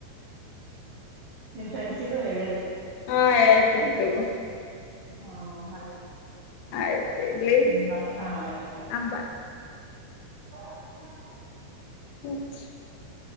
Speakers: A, on the right (about 80°); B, on the left (about 80°).
A: ನಿಮ್ ಫ್ರೆಂಡ್ಸಿಗೂ ಹೇಳಿರ್.
B: ಹಾ ಏಳ್ತೀನ್ ತಗೊ.
A: ಹಾ ಆಯ್ತು.
B: ಆಯ್ತ ಇಡ್ಲಿ
A: ಹ್ಮ ಬಾಯ್ ಹಾ ಆಯ್ತು ಬಾಯ್
B: ಅಂಬಾ.
A: <inaudible>
B: <inaudible>